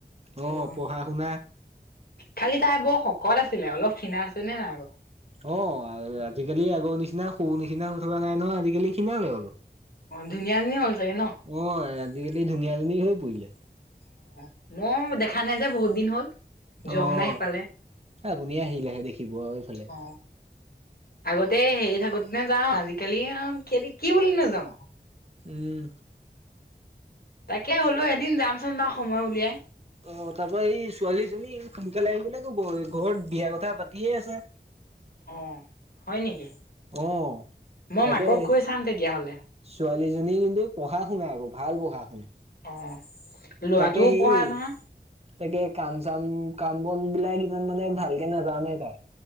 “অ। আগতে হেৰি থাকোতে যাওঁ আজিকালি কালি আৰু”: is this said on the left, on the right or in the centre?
Left